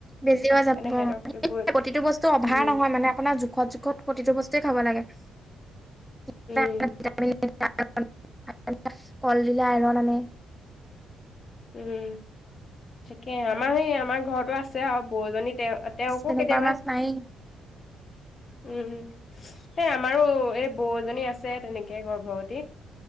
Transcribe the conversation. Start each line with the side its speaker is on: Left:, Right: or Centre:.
Centre: বেছি হৈ যাব।
Left: সেইকাৰণে সিহঁতক এইবোৰ
Centre: প্ৰতিটো বস্তু অভাৰ
Left: উম
Centre: নহয় মানে, আপোনাৰ জোখত, জোখত প্ৰতিটো বস্তুৱে খাব লাগে। <inaudible> <unintelligible>
Left: উম
Centre: কলদিলে আইৰন আনে।
Left: উম! ঠিকে আমাৰ সে আমাৰ ঘৰতো আছে আৰু বৌ এজনী তে তেওঁকো
Centre: তেনেকুৱা
Left: কেতিয়াবা,
Centre: মাছ নায়েই
Left: উম! এ, আমাৰো এই বৌ এজনী আছে তেনেকে গৰ্ভৱতী।